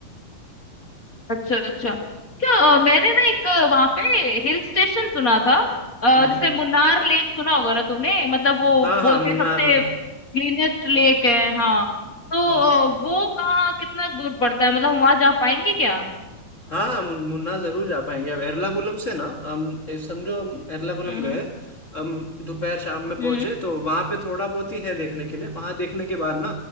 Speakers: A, on the left (about 30°); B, on the left (about 60°).
A: अच्छा अच्छा क्या अ, मैंने ना एक वहां पे हिल स्टेशन सुना था अ,
B: हम्म
A: जैसे मुन्नार लेक सुना होगा ना तुमने मतलब वो
B: हाँ हाँ
A: बोलते
B: मुन्नार
A: हैं सबसे
B: मुन्नार
A: क्लीनेस्ट लेक है हाँ तो
B: हाँ
A: अ,
B: हाँ
A: वो कहाँ कितना दूर पड़ता है मतलब वहां जा पाएंगे क्या
B: हाँ हाँ, मुन- मुन्नार जरूर जा पाएंगे अब एर्नाकुलम से ना हम ए, समझो हम एर्नाकुलम
A: हम्म
B: गए हम दोपहर शाम में
A: हम्म
B: पहुंचे तो वहां पे थोड़ा बहुत ही है देखने के लिए वहां देखने के बाद ना